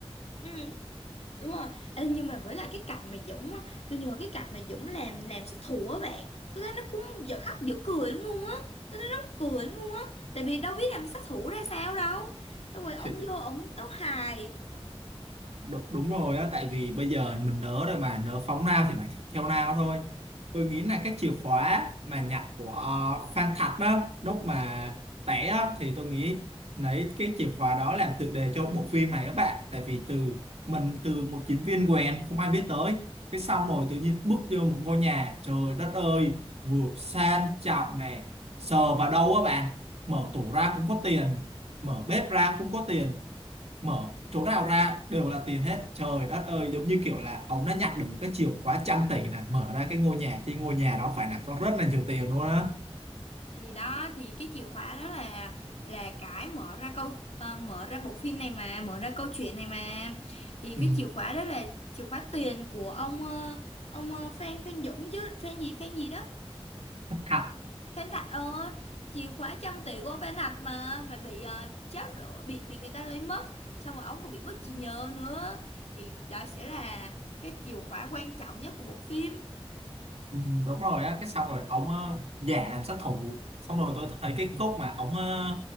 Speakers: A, on the left; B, on the right.
A: ừ, đúng rồi Ê, nhưng mà với lại cái cảnh mà Dũng á tôi nhớ cái cảnh mà Dũng làm làm sát thủ á bạn tôi thấy nó cũng dở khóc dở cười lắm luôn á tôi thấy nó mắc cười lắm luôn á tại vì đâu biết làm sát thủ ra sao đâu xong rồi ổng
B: Ừ.
A: vô ổng tấu hài
B: Đúng, đúng rồi á tại vì bây giờ mình nớ rồi mà nớ phóng nào thì phải theo nào thôi tôi nghĩ là cái chìa khóa mà nhặt của ờ, Phan Thạch đó lúc mà té á, thì tôi nghĩ lấy cái chìa khóa đó làm tựa đề cho bộ phim này các bạn tại vì từ mình từ một chiến viên quèn không ai biết tới cái xong rồi tự nhiên bước vô một ngôi nhà trời đất ơi vừa sang trọng này sờ vào đâu á bạn mở tủ ra cũng có tiền mở bếp ra cũng có tiền mở chỗ nào ra đều là tiền hết trời đất ơi giống như kiểu là ông đã nhặt được một cái chìa khóa trăm tỷ này mở ra cái ngôi nhà thì ngôi nhà đó phải là có rất là nhiều tiền luôn á
A: thì đó thì cái chìa khóa đó là là cái mở ra câu ờ, mở ra bộ phim này mà mở ra câu chuyện này mà thì
B: ừ.
A: cái chìa khóa đó là chìa khóa tiền của ông ờ, ông ờ, Phan Phan Dũng chứ Phan gì Phan gì đó
B: thật
A: Phen Thạch ơi, chìa khóa trăm tỷ của ông Phen Thạch mà mà bị uh, tráo đổi bị bị người ta lấy mất, xong rồi ông còn bị mất trí nhớ nữa thì đó sẽ là cái chìa khóa quan trọng nhất của bộ phim.
B: ừ, đúng rồi á cái xong rồi ông ờ, giả làm sát thủ xong rồi tôi thấy cái khúc mà ông ờ,